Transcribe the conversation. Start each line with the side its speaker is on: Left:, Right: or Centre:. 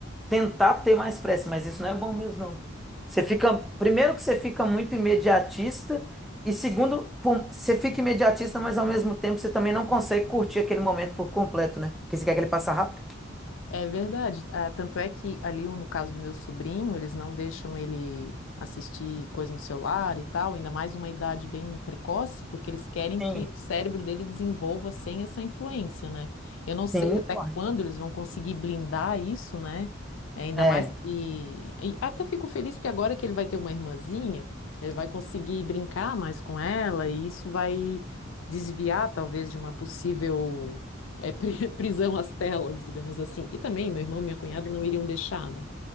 Centre: tentar ter mais pressa, mas isso não é bom mesmo, não. Você fica, primeiro que você fica muito imediatista e segundo, pô, você fica imediatista, mas ao mesmo tempo você também não consegue curtir aquele momento por completo, né? Porque você quer que ele passe rápido.
Left: É verdade. Ah, tanto é que ali, no caso do meu sobrinho, eles não deixam ele assistir coisa no celular e tal, ainda mais uma idade bem precoce, porque eles querem
Centre: Sim,
Left: que o cérebro dele desenvolva sem essa influência, né? Eu não sei
Centre: sim,
Left: até
Centre: correto.
Left: quando eles vão conseguir blindar isso, né? É, ainda
Centre: É,
Left: mais que. E até fico feliz porque agora que ele vai ter uma irmãzinha, ele vai conseguir brincar mais com ela e isso vai desviar, talvez, de uma possível é, pri- <laughs> prisão às telas, digamos assim. E também meu irmão e minha cunhada não iriam deixar, né?